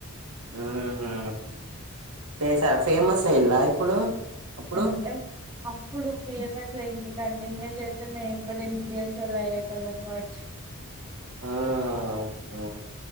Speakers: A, on the right; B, on the right.
A: హుమ్ హూ చేసార ఫేమస్ అయ్యిందా ఇప్పుడు అప్పుడు
B: అంటే అప్పుడు ఫేమస్ అయ్యింద్ ఇంగ చేతే మేమ్ కూడ ఇన్ఫ్లుయెన్సర్లు అయ్యేటోలం కావచు
A: ఆ అ